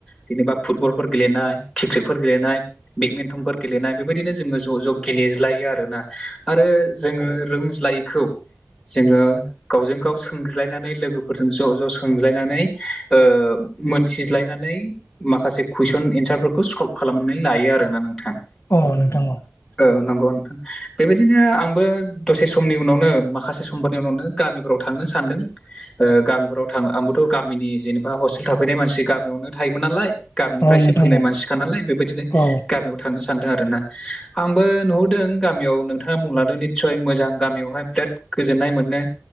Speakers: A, in the centre; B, on the left (about 55°).
A: जेनेबा फुटबलफोर गेलेनाय क्रिकेटफोर गेलेनाय बेडमिन्टनफोर गेलेनाय बेबायदिनो जोङो ज' ज' गेलेज्लायो आरोना आरो जोङो रोंज्लायैखौ जोङो गावजों गाव सोंज्लायनानै लोगोफोरजों ज' ज' सोंज्लायनानै ओ मोनथिज्लायनानै माखासे कुइसन एन्सारफोरखौ सल्भ खालामनानै लायो आरोना नोंथां।
B: अ नोंथां अ
A: औ नंगौ बेबायदिनो आंबो दसे समनि उनावनो माखासे समफोरनि उनावनो गामिफ्राव थांनो सानदों। ओ गामिफोराव थां आंबोथ' गामिनि जेनेबा हस्टेल थाफैनाय मानसि गामियावनो थायोमोन नालाय गामिनिफ्रायसो
B: औ नोंथां औ नोंथां औ नोंथां औ नोंथां
A: फैनाय मानसिखा नालाय बेबायदिनो
B: औ
A: गामियाव थांनो सानदों आरो ना। आंबो नुहुरदों गामियाव नोंथाङा बुंलादों निस्सय मोजां गामियावहाय बिराद गोजोननाय मोनो